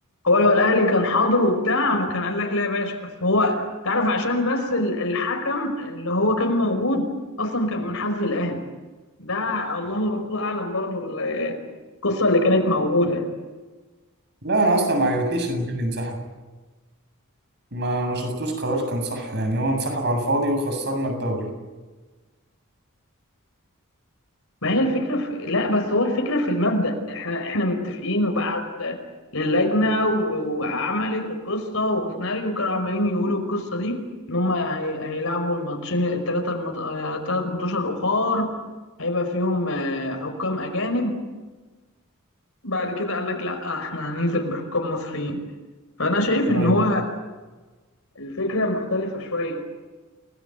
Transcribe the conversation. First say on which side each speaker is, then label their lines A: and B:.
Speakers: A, on the left; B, on the right.
A: هو لو الأهلي كان حاضر وبتاع فكان قال لك لا يا باشا بس هو تعرف عشان بس ال- الحكم اللي هو كان موجود أصلا كان من حزب الأهلي ده الله ورسوله أعلم برضو ال- القصة اللي كانت موجودة
B: لا انا اصلا ما عجبتنيش ان الاهلي انسحب ما ما شفتوش قرار كان صح يعني هو انسحب على الفاضي وخسرنا الدوري
A: ما هي الفكرة في... لا بس هو الفكرة في المبدأ احنا احنا متفقين وبعت للجنة و- وعملت وقصة وسيناريو كانوا عمالين يقولوا القصة دي ان هم هي... هيلعبوا الماتشين الثلاثة المط... آه، الثلاث ماتشات الأخر هيبقى فيهم آه، حكام أجانب بعد كده قال لك لا احنا هننزل بحكام مصريين فأنا شايف
B: ايوه
A: ان هو الفكرة مختلفة شوية